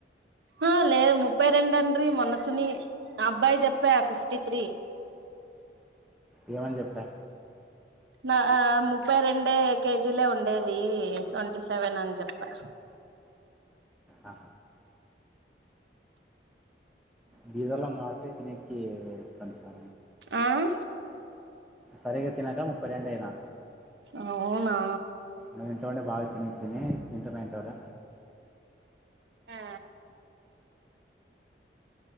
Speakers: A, on the right; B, in the centre.
A: ఆ లేదు ముప్పై రెండ డ్రీ మొన్నసుని అబ్బాయి చెప్పా ఫిఫ్టీ త్రీ.
B: యేమని చెప్పా.
A: నా ఆ ముప్పై రెండే కేజీలే ఉండేది. ట్వంటీ సెవెన్ అని చెప్పా.
B: ఆ. బీదోళ్ళం కాబట్టి తిన్నెకి కొంచెం.
A: ఆ.
B: సరిగా తినక ముప్పై రెండైయినా.
A: అవునా
B: నేను చూడ్లేదా తిని తిని తింటూనేఉంటదా
A: ఆ